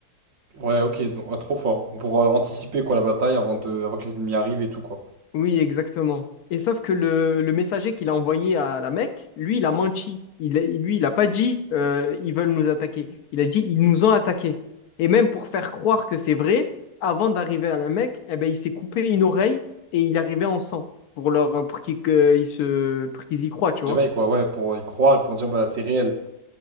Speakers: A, on the right (about 60°); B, on the left (about 70°).
A: Ouais, ok, donc, ouais, trop fort. Pour euh, anticiper, quoi, la bataille avant de, avant que les ennemis arrivent et tout, quoi.
B: Oui, exactement. Et sauf que le, le messager qu'il a envoyé à la Mecque, lui, il a menti. Il, il- lui, il n'a pas dit euh, ils veulent nous attaquer. Il a dit ils nous ont attaqués. Et même pour faire croire que c'est vrai, avant d'arriver à la Mecque, eh ben, il s'est coupé une oreille et il arrivait en sang pour leur pour qu'ils que- ils se pour qu'ils y croient,
A: se
B: tu
A: réveille
B: vois.
A: quoi, ouais, pour y croire, pour dire, bah, c'est réel.